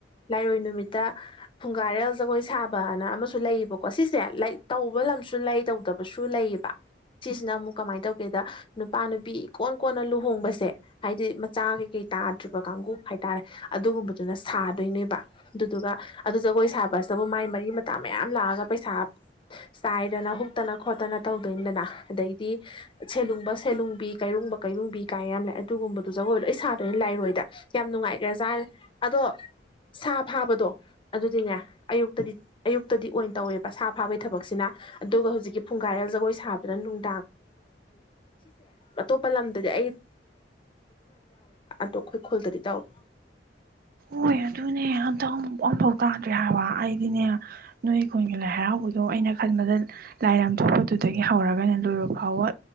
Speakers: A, on the left (about 30°); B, on the right (about 55°).
A: ꯂꯥꯏꯔꯣꯏ ꯅꯨꯃꯤꯠꯇ ꯐꯨꯡꯒꯥꯔꯦꯜ ꯖꯒꯣꯏ ꯁꯥꯕꯅ ꯑꯃꯁꯨ ꯂꯩꯌꯦꯕꯀꯣ ꯁꯤꯁꯦ ꯂꯥꯏꯛ ꯇꯧꯕ ꯂ ꯂꯩ ꯇꯧꯗꯕꯁꯨ ꯂꯩꯌꯦꯕ ꯁꯤꯁꯤꯅ ꯑꯃꯨꯛ ꯀꯃꯥꯏꯅ ꯇꯧꯒꯦꯗ ꯅꯨꯄꯥ ꯅꯨꯄꯤ ꯀꯣꯟ ꯀꯣꯟꯅ ꯂꯨꯍꯣꯡꯕꯁꯦ ꯍꯥꯏꯗꯤ ꯃꯆꯥ ꯀꯩ ꯀꯩ ꯇꯥꯔ ꯭ ꯀꯥꯡ ꯍꯥꯏꯇꯥꯔꯦ ꯑꯗꯨꯒꯨꯝꯗꯨꯅ ꯁꯥꯗꯣꯏꯅꯦꯕ ꯑꯗꯨꯗꯨꯒ ꯑꯗꯨ ꯖꯒꯣꯏ ꯁꯥꯕꯕꯨ ꯃꯥꯏ ꯃꯔꯤ ꯃꯇꯥ ꯃꯌꯥꯝ ꯂꯥꯛꯑꯒ ꯄꯩꯁꯥ ꯆꯥꯏꯗꯅ ꯍꯨꯇꯅ ꯈꯣꯠꯇꯅ ꯇꯧꯗꯣꯏꯅꯤꯗꯅ ꯑꯗꯩꯗꯤ ꯁꯦꯂꯨꯡꯕ ꯁꯦꯂꯨꯡꯕꯤ ꯀꯩꯔꯨꯡꯕ ꯀꯩꯔꯨꯡꯕꯤ ꯀꯥꯏ ꯌꯥꯝ ꯂꯥꯛꯦ ꯑꯗꯨꯒꯨꯝꯕꯗꯨ ꯖꯒꯣꯏ ꯂꯣꯏ ꯏꯁꯥꯗ ꯂꯥꯛꯑꯦ ꯍꯥꯏꯔꯣꯏꯗ ꯌꯥꯝ ꯅꯨꯡꯉꯥꯏꯈ꯭ꯔꯦꯖꯥꯅꯦꯦ ꯑꯗꯣ ꯁꯥ ꯐꯥꯕꯗꯣ ꯑꯗꯨꯗꯤꯅꯦ ꯑꯌꯨꯛꯇꯗꯤ ꯑꯌꯨꯛꯇꯗꯤ ꯑꯣꯏꯅ ꯇꯧꯋꯦꯕ ꯁꯥ ꯐꯥꯕꯒꯤ ꯊꯕꯛꯁꯤꯅ ꯑꯗꯨꯒ ꯍꯧꯖꯤꯛꯀꯤ ꯐꯨꯡꯒꯥꯥꯏꯔꯦꯜ ꯖꯒꯣꯏ ꯁꯥꯕꯗꯅ ꯅꯨꯡ ꯑꯇꯣꯞꯄ ꯂꯝꯗꯗꯤ ꯑꯩ ꯑꯣ ꯑꯩꯈꯣꯏ ꯈꯨꯣꯜꯗꯗꯤ ꯇꯥꯎꯏ
B: ꯍꯣꯏ ꯑꯗꯨꯅꯦ ꯑꯇ ꯑꯃꯝꯐꯥꯎ ꯇꯥꯗ꯭ꯔꯦ ꯍꯥꯏꯕ ꯑꯩꯗꯤꯅꯦ ꯑꯩꯅ ꯅꯣꯏ ꯑꯩꯈꯣꯟꯒꯤ ꯂꯥꯏ ꯍꯔꯥꯎꯕꯗꯣ ꯑꯩꯅ ꯈꯟꯕꯗ ꯂꯥꯏ ꯂꯥꯝꯊꯣꯛꯄꯗꯨꯗꯒꯤ ꯍꯧꯔꯒꯅ ꯂꯣꯏꯕ ꯐꯥꯎꯕ